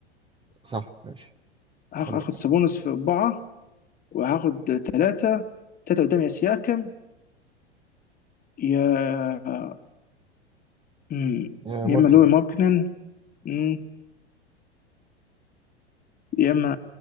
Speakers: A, on the right; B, on the left.
A: صح ماشي
B: هاخ-
A: عندك
B: هاخد
A: حق
B: سابونس في اربعه وهاخد ثلاثه ثلاثه قدام يا سياكم يا مم،
A: يا
B: يا
A: ماركن
B: اما لوي ماركنن مم، يا اما